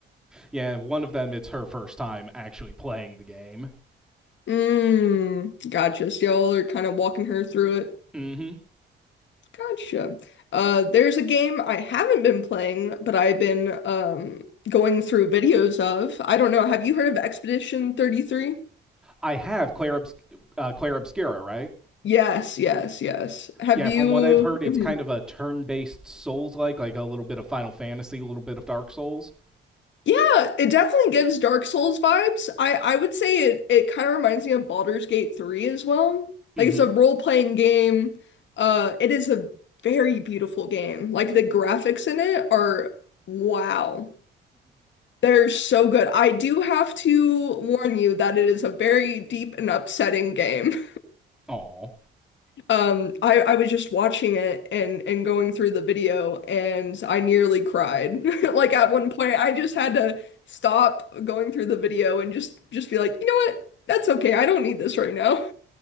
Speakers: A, in the centre; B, on the left.
A: Yeah, one of them, it's her first time actually playing the game.
B: Mm, gotcha. So y'all are kind of walking her through it.
A: mm hmm.
B: Gotcha. Uh, there's a game I haven't been playing, but I've been um going through videos of. I don't know. Have you heard of Expedition 33?
A: I have Claire, Obs- uh, Claire Obscura, right?
B: Yes, yes, yes. Have
A: Yeah,
B: you?
A: from what I've heard, it's
B: mm-hmm.
A: kind of a turn based Souls like, like a little bit of Final Fantasy, a little bit of Dark Souls.
B: Yeah, it definitely gives Dark Souls vibes. I I would say it it kind of reminds me of Baldur's Gate 3 as well.
A: Mm
B: Like it's a role-playing game. Uh it is a very beautiful game. Like the graphics in it are wow. They're so good. I do have to warn you that it is a very deep and upsetting game.
A: hmm. Aw.
B: Um, I, I was just watching it and and going through the video and I nearly cried. <laughs> Like at one point I just had to stop going through the video and just just be like, "You know what? That's okay. I don't need this right now."